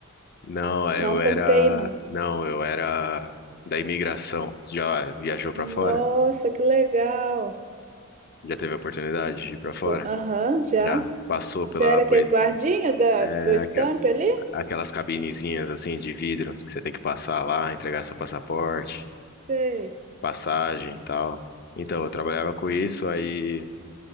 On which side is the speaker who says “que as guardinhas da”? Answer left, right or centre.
Right